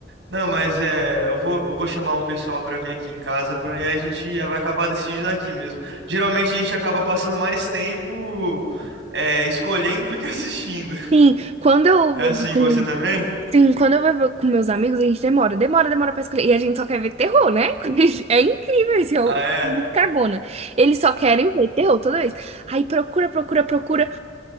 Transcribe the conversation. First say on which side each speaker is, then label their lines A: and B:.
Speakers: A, on the right (about 90°); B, on the right (about 35°).
A: Não, mas é, eu vou, eu vou chamar um pessoal para vir aqui em casa, para aí a gente vai acabar decidindo aqui mesmo. Geralmente a gente acaba passando mais tempo é, escolhendo do que <laughs> assistindo.
B: Sim, quando eu
A: É
B: vou
A: assim
B: com...
A: com você também?
B: Sim, quando eu vou com meus amigos, a gente demora. Demora, demora pra escolher. E a gente só quer ver terror, né? <laughs> É incrível isso. Eu
A: Ah, é?
B: sou muito cagona. Eles só querem ver terror toda vez. Aí procura, procura, procura.